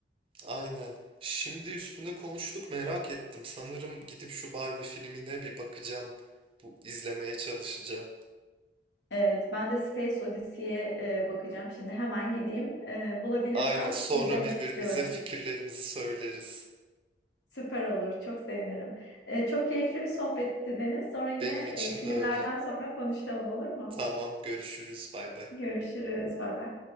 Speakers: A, on the right; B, on the left.
A: Aynen. Şimdi üstüne konuştuk merak ettim. Sanırım gidip şu Barbie filmine bir bakacağım. Bu izlemeye çalışacağım.
B: Evet, ben de Space Odyssey'e e, bakacağım. Şimdi hemen gideyim. E, bulabilirsem
A: Aynen sonra
B: izlemek
A: birbirimize
B: istiyorum.
A: fikirlerimizi söyleriz.
B: Süper olur, çok sevinirim. E, çok keyifli bir sohbetti Deniz. Sonra yine
A: Benim için
B: e, filmlerden
A: de öyle.
B: sonra konuşalım olur mu?
A: Tamam görüşürüz bay bay.
B: Görüşürüz, bay bay.